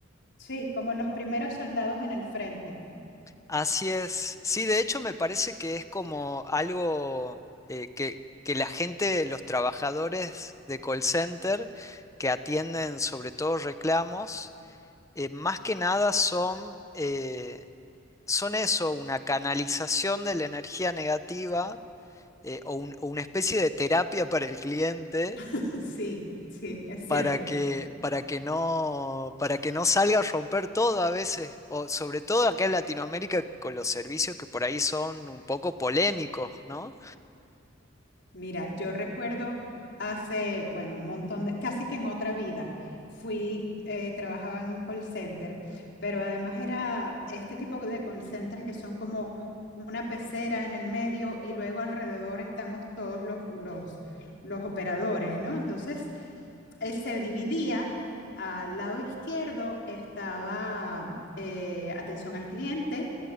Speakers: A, on the left; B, on the left.
A: sí, como los primeros soldados en el frente.
B: Así es. Sí, de hecho me parece que es como algo eh, que, que la gente, los trabajadores de call center que atienden sobre todo reclamos, eh, más que nada son, eh, son eso, una canalización de la energía negativa eh, o un- o una especie de terapia para el cliente
A: <laughs> Sí, sí, es cierto.
B: para que, para que no, para que no salga a romper todo a veces, o sobre todo acá en Latinoamérica con los servicios que por ahí son un poco polémicos, ¿no?
A: Mira, yo recuerdo hace, bueno, un montón de, casi que en otra vida, fui, eh, trabajaba en un call center, pero además era este tipo de call centers que son como una pecera en el medio y luego alrededor estamos todos los, los, los operadores, ¿no? Entonces, eh, se dividía, al lado izquierdo estaba eh, atención al cliente